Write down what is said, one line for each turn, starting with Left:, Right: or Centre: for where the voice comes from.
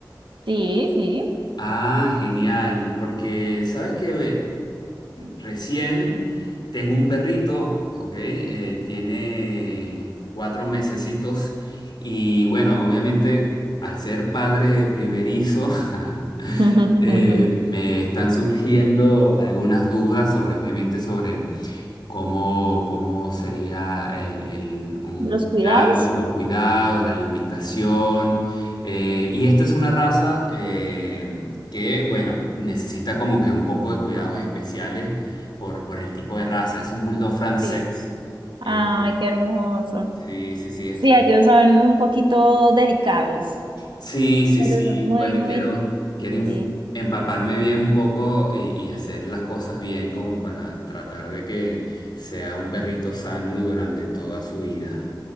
Right: Sí, sí.
Left: Ah, genial, porque sabes que recién tengo un perrito, ¿ok? Eh, tiene cuatro mesecitos y bueno, obviamente al ser padre primerizo, <laughs>
Right: <laughs>
Left: eh, me están surgiendo algunas dudas sobre, obviamente, sobre cómo, cómo sería el, el- un
Right: Los cuidados,
Left: cuidado, los cuidados, la alimentación. eh, y esta es una raza eh, que, bueno, necesita como que un poco de cuidados especiales por, por el tipo de raza. Es un bulldog francés.
Right: Sí. Ay,
Left: Eh,
Right: qué hermoso.
Left: sí, sí, sí. es-
Right: Sí, ellos son un poquito delicados,
Left: sí, sí,
Right: pero
Left: sí.
Right: son muy,
Left: Bueno, y
Right: muy
Left: quiero,
Right: lindos.
Left: quiero inf-
Right: Sí,
Left: empaparme bien un poco y, y hacer las cosas bien como para tratar de que sea un perrito sano durante toda su vida.